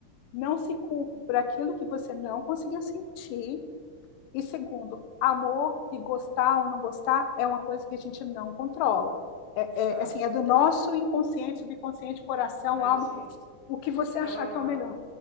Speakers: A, on the left; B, on the right.
A: não se culpe por aquilo que você não conseguiu sentir. E segundo, amor e gostar ou não gostar é uma coisa que a gente não controla. É,
B: Tá.
A: é assim, é do nosso inconsciente, do inconsciente, coração,
B: Mas
A: alma,
B: assim,
A: o que você achar
B: ela
A: que é o melhor